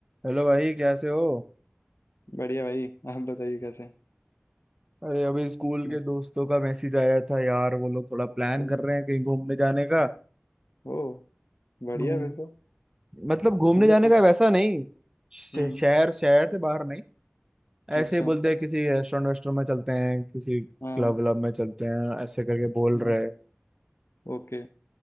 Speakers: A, on the right (about 15°); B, on the left (about 85°).
A: हेलो भाई कैसे हो
B: बढ़िया भाई आप बताइए कैसे हैं?
A: अरे अभी स्कूल
B: मतलब
A: के दोस्तों का मैसेज आया था यार वो लोग थोड़ा प्लान
B: चलो
A: कर रहे हैं कहीं घूमने जाने का
B: ओ बढ़िया
A: हम्म,
B: फिर तो
A: मतलब घूमने
B: मतलब
A: जाने
B: मैं
A: का वैसा नहीं श-
B: हम्म
A: शहर शहर से बाहर नहीं ऐसे
B: अच्छा
A: ही बोलते हैं किसी रेस्टोरेंट वेस्टोरेंट में चलते हैं किसी क्लब
B: हाँ
A: व्लब में चलते हैं ऐसे करके बोल रहे
B: हाँ
A: हैं
B: ओके